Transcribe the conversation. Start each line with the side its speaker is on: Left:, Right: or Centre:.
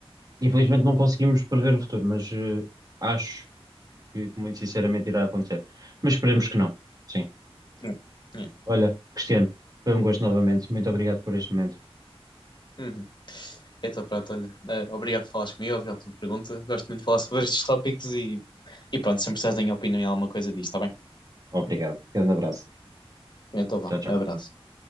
Right: Infelizmente não conseguimos prever o futuro, mas eh, acho que muito sinceramente irá acontecer. Mas esperemos que não. Sim.
Left: <laughs> Yeah.
Right: Olha, Cristiano, foi um gosto novamente. Muito obrigado por este momento.
Left: Uhum. Então, pronto, olha. eh, obrigado por falares comigo, obrigado pela pergunta. Gosto muito de falar sobre estes tópicos e, e pronto, sempre precisas da minha opinião em alguma coisa disto, está bem?
Right: Obrigado. Grande abraço.
Left: Então vá,
Right: Tchau, tchau.
Left: um abraço.